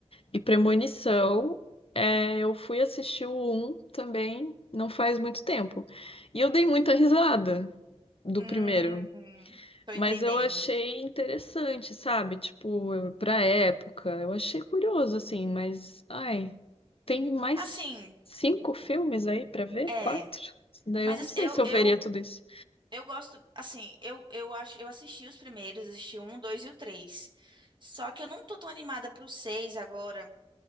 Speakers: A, on the left; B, on the right.
A: E Premonição, é, eu fui assistir o um também, não faz muito tempo. E eu dei muita risada do
B: Hum,
A: primeiro,
B: tô
A: mas
B: entendendo.
A: eu achei interessante, sabe? Tipo, eu- pra época, eu achei curioso, assim, mas, ai, tem mais
B: Assim,
A: cinco filmes aí pra ver?
B: é,
A: Quatro? Daí
B: mas
A: eu não
B: assim,
A: sei
B: eu,
A: se eu
B: eu,
A: veria tudo isso.
B: eu gosto, assim, eu, eu acho, eu assisti os primeiros, assisti o um, o dois e o três. Só que eu não tô tão animada pro seis agora,